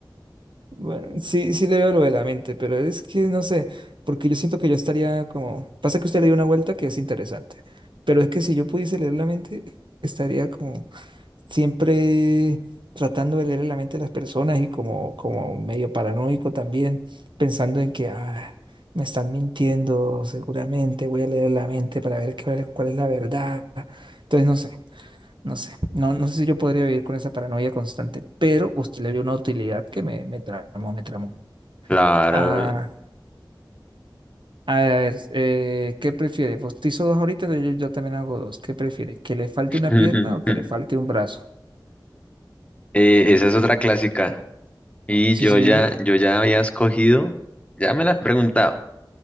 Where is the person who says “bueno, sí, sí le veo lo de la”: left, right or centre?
Right